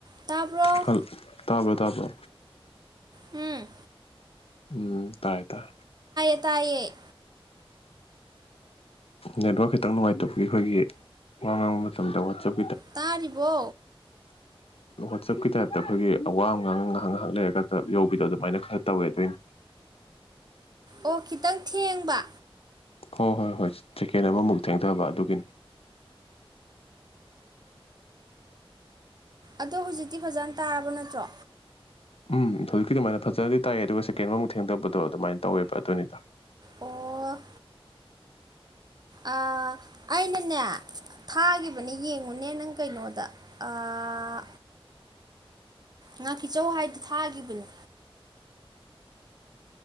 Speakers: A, on the right; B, on the left.
A: ꯇꯥꯕ꯭ꯔꯣ
B: ꯈꯜ ꯇꯥꯕ꯭ꯔꯣ ꯇꯥꯗ꯭ꯔꯣ
A: ꯍꯨꯡ
B: ꯎꯝ ꯇꯥꯔꯦ ꯇꯥꯔꯦ
A: ꯇꯥꯏꯌꯦ
B: ꯅꯦꯠꯋꯥꯛ ꯈꯤꯇꯪ ꯅꯨꯡꯉꯥꯏꯇꯕꯒꯤ ꯑꯩꯈꯣꯏꯒꯤ ꯋꯥ ꯉꯥꯡꯕ ꯃꯇꯝꯗ ꯋꯥꯆꯞ
A: ꯇꯥꯔꯤꯕꯣ
B: ꯋꯥꯆꯞꯀꯤ ꯇꯥꯏꯞꯇ ꯑꯩꯈꯣꯏꯒꯤ ꯑ ꯋꯥ ꯑꯝ ꯉꯥꯡꯉ ꯉꯥꯏꯍꯥꯛ ꯉꯥꯏꯍꯥꯛ ꯂꯩꯔꯒ ꯌꯧꯕꯤꯗꯣ ꯑꯗꯨꯃꯥꯏꯅ ꯈꯔ ꯇꯧꯋꯦ ꯑꯗꯩꯅꯤ
A: ꯑꯣ ꯈꯤꯇꯪ ꯊꯦꯡꯕ
B: ꯍꯣ ꯍꯣꯏ ꯍꯣꯏ ꯁꯦꯀꯦꯟ ꯑꯃꯃꯨꯛ ꯊꯦꯡꯊꯕ ꯑꯗꯨꯒꯤꯅꯤ
A: ꯑꯗꯣ ꯍꯨꯖꯤꯛꯇꯤ ꯐꯖꯟꯅ ꯇꯔꯕ ꯅꯠꯇ꯭ꯔꯣ
B: ꯎꯝ ꯍꯧꯖꯤꯛꯀꯤ ꯑꯗꯨꯃꯥꯏꯅ ꯐꯖꯅꯗꯤ ꯇꯥꯏꯌꯦ ꯑꯗꯨꯒ ꯁꯦꯀꯦꯟ ꯑꯃ ꯃꯨꯛ ꯊꯦꯡꯗꯕꯗꯣ ꯑꯗꯨꯃꯥꯏꯅ ꯇꯧꯋꯦꯕ ꯑꯗꯨꯅꯤꯗ
A: ꯑꯣ ꯑꯥ ꯑꯩꯅꯅꯦ ꯊꯥꯒꯤꯕꯅꯦ ꯌꯦꯡ ꯉꯨꯅꯦ ꯅꯪ ꯀꯩꯅꯣꯗ ꯑꯥ ꯉꯥꯀꯤꯆꯧ ꯍꯥꯏꯗꯨ ꯊꯥꯈꯤꯕꯅꯦ